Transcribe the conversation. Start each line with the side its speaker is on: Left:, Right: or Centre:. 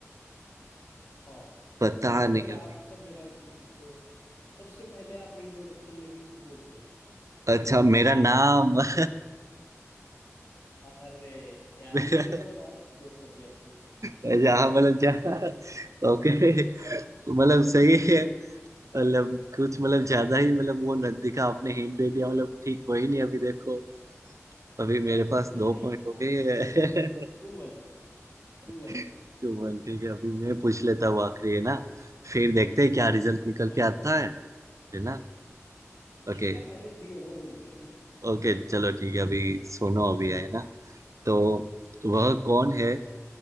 Left: हाँ
Right: पता
Left: बचपन
Right: नहीं
Left: से आप
Right: अभी
Left: सब जगह इसको बोलते हो सबसे पहले आप इंट्रोडक्शन में भी इसको बोलते हो
Right: अच्छा मेरा नाम <laughs>
Left: अरे यार
Right: मेरा
Left: ये मैंने थोड़ा ज्यादा कंप्रेस कर दिया था
Right: अच्छा
Left: शट
Right: हाँ मतलब जा ओके मतलब सही है मतलब कुछ मतलब ज्यादा ही मतलब वो न दिखा आपने हिंट दे दिया मतलब ठीक कोई नहीं अभी देखो अभी मेरे पास
Left: अरे
Right: दो पॉइंट
Left: यार
Right: हो गए हैं।
Left: टू वन टू
Right: <laughs>
Left: वन
Right: टू वन ठीक है अभी मैं पूछ लेता हूँ आखिरी है ना फिर देखते हैं क्या रिजल्ट निकल
Left: हाँ
Right: के आता
Left: जी
Right: है है ना ओके
Left: जिसका पहले थ्री होगा वो जीतेगा ठीक
Right: ओके चलो ठीक है अभी सुनो अभी है ना तो वह कौन है